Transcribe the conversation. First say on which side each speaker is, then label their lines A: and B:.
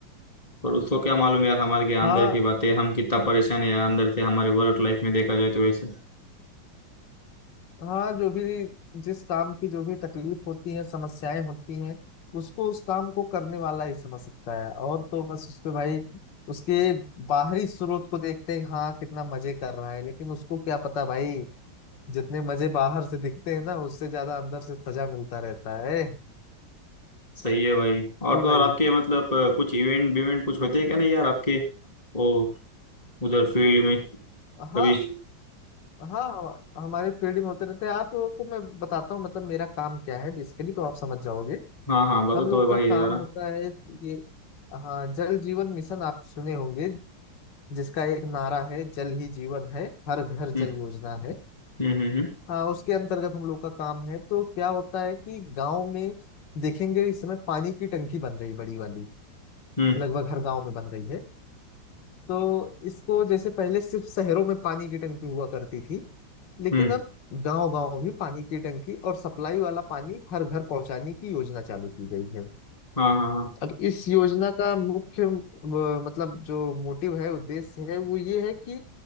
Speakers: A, on the left (about 20°); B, on the left (about 65°).
A: पर उसको क्या मालूम यार हमारे के अंदर
B: हाँ
A: की बातें हम कितना परेशान है यार अंदर से हमारे वर्क लाइफ में देखा जाए तो वैसे
B: हाँ जो भी जिस काम की जो भी तकलीफ होती है समस्याएं होती हैं उसको उस काम को करने वाला ही समझ सकता है और तो बस उसपे भाई उसके बाहरी स्रोत को देखते हैं हाँ कितना मजे कर रहा है लेकिन उसको क्या पता भाई जितने मजे बाहर से दिखते हैं ना उससे ज्यादा अंदर से सजा मिलता रहता है
A: सही है भाई और
B: क्यों
A: तो
B: भाई
A: और आपके मतलब अ, कुछ इवेंट बिवेंट कुछ होते हैं क्या नहीं यार आपके वो उधर फील्ड में
B: हाँ
A: कभी
B: हाँ हम- हमारे फील्ड में होते रहते हैं आपको मैं बताता हूँ मतलब मेरा काम क्या है बेसिकली तो आप समझ जाओगे
A: हाँ हाँ बताओ
B: हम
A: तो
B: लोग
A: भाई
B: का
A: जरा
B: काम होता है ये हाँ जल जीवन मिशन आप सुने होंगे जिसका एक नारा है जल ही जीवन है हर घर जल
A: हम्म
B: योजना है
A: हम्म हम्म
B: हाँ उसके अंतर्गत हम लोग का काम है तो क्या होता है कि गांव में देखेंगे इस समय पानी की टंकी बन रही बड़ी वाली
A: हम्म हम्म
B: लगभग हर गांव में बन रही है तो इसको जैसे पहले सिर्फ शहरों में पानी की टंकी हुआ करती थी लेकिन
A: हम्म,
B: अब गांव गांव भी पानी की टंकी और सप्लाई वाला पानी हर घर पहुंचाने की योजना चालू की गई है
A: हाँ हाँ हाँ
B: अब इस योजना का मुख्य अ, मतलब जो मोटिव है उद्देश्य है वो ये है कि